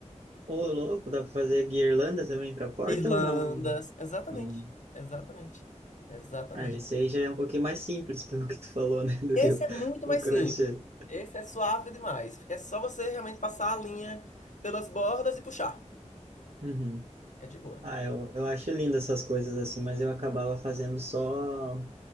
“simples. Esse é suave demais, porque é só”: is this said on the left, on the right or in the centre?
Left